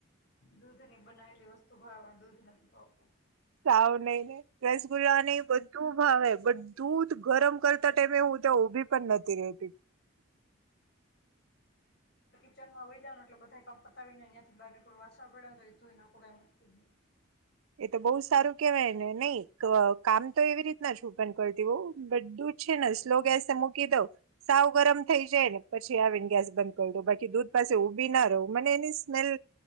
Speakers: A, on the left; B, on the right.
A: દૂધ ની બનાવેલી વસ્તુ ભાવ પણ દૂધ નથી ખાવતો.
B: સાવું નઈ નને. રસગુલ્લા ની બધું ભાવે. બટ દૂધ ગરમ કરતા ટાઈમે હું ત્યાં ઉભી પણ નથી રતી.
A: કચનમાં વય જવા એટલેધા કામ પતાવીનેહીયાથી બહારને થોું વાસ પડ તો એ કઈ મુત જ નથી.
B: એ તો બહુ સારું કેવાય ને નહી કામ તો એવી રીતના જ હું બન કરતી હોઉ બટ દૂધ છે ને સ્લો ગેસ મૂકી દઉ સાવ ગરમ થઈ જાય ને પછી આવીને ગેસ બંધ કરી દઉ બાકી દૂધ પાસે ઉઊભી ના રહું મને એની સ્મેલ